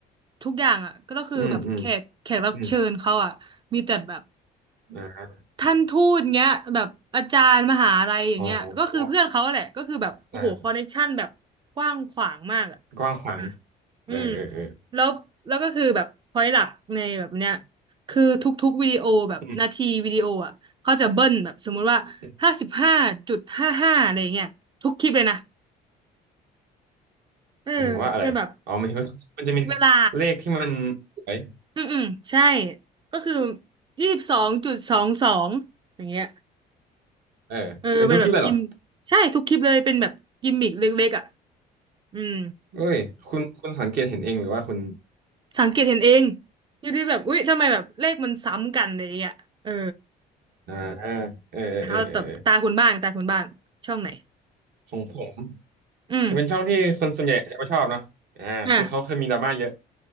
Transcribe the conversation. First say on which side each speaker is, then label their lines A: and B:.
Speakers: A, on the right; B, on the right.
A: ทุกอย่างอ่ะก็คือแบบแขกแขกรับเชิญเขาอ่ะมีแต่แบบ
B: อืมอืมอืมอ่า
A: ท่านทูตเงี้ยแบบอาจารย์มหาลัยอย่างเงี้ยก็คือเพื่อนเขาแหละก็คือแบบโอ้โหคอนเนคชั่นแบบกว้างขวางมากอ่ะ
B: อ๋ออ่ากว้างขวาง
A: อ่ะ
B: เออเออเออ
A: อืมแล้วแล้วก็คือแบบพอยหลักในแบบเนี้ยคือทุกๆวิดีโอแบบนาทีวิดีโออ่ะเขาจะเบิ้ลแบบสมมุติว่าห้าสิบห้าจุดห้าห้าอะไรเงี้ยทุกคลิปเลยนะ
B: อืมอืม
A: เออเป็นแบบ
B: หมายถึงว่าอะไรอ๋อหมายถึงว่ามันจะมี
A: เวลา
B: เลขที่มันสวย
A: อืมอืมใช่ก็คือยี่สิบสองจุดสองสองอย่างเงี้ย
B: เออเป็นทุกคลิปเลยเหรอ
A: เออเป็นแบบกิมใช่ทุกคลิปเลยเป็นแบบกิมมิกเล็กๆอ่ะอืม
B: เอ้ยคุณคุณสังเกตเห็นเองหรือว่าคุณ
A: สังเกตเห็นเองอยู่ที่แบบอุ๊ยทำไมแบบเลขมันซ้ำกันอะไรอย่างเงี้ยเออ
B: อ่าเออเออเออเออเออ
A: เอาแับตาคุณบ้างตาคุณบ้างช่องไหน
B: ของผม
A: อืม
B: จะเป็นช่องที่คนส่วนใหญ่จะไม่ชอบเนาะอ่าคือเขาเคยมีดราม่าเยอะ
A: อ่ะ